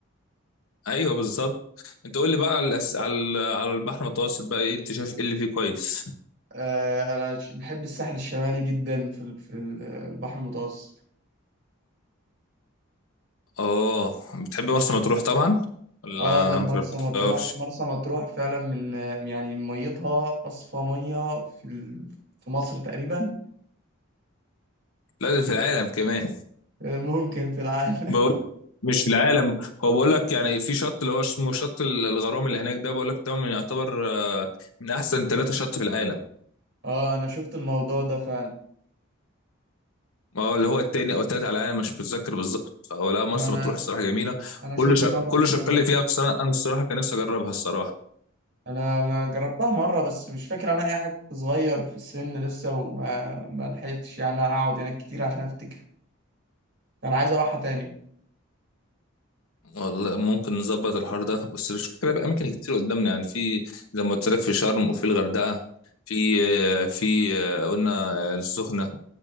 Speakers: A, on the left (about 80°); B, on the right (about 55°).
A: ايوه بالظبط انت قول لي بقى على الأس... على على البحر المتوسط بقى ايه انت شايف ايه اللي فيه كويس
B: آه انا ش- بحب الساحل الشمالي جدا في ال- في ال- البحر المتوسط
A: اه بتحب مرسى مطروح طبعا ولا
B: اه لا مرسى
A: ما جربتهاش
B: مطروح مرسى مطروح فعلا من يعني ميتها اصفى ميه في ال... في مصر تقريبا
A: لا ده في العالم كمان
B: <laughs> ممكن في العالم
A: بقول مش في العالم هو بقول لك يعني في شط اللي هو اسمه شط ال- الغرام اللي هناك ده بقول لك ده من يعتبر آه، من احسن ثلاثة شط في العالم
B: <laughs> اه انا شفت الموضوع ده فعلا
A: ما هو اللي هو التاني او التالت على العالم مش متذكر بالظبط فهو لا مرسى
B: ما انا
A: مطروح الصراحة جميلة
B: انا
A: وكل
B: شفت
A: شا...
B: ان هو كان
A: كل
B: بيتصنف
A: شق اللي فيها بس انا أنا الصراحة كان نفسي اجربها الصراحة
B: انا ما جربتها مره بس مش فاكر عنها اي حاجه كنت صغير في السن لسه وما ما لحقتش يعني اقعد هناك كتير عشان افتكر انا عايز اروحها تاني
A: والله ممكن نظبط الحوار ده بس مش فكرة في اماكن كتير قدامنا يعني في زي ما قلت لك في شرم وفي الغردقه في في قلنا السخنه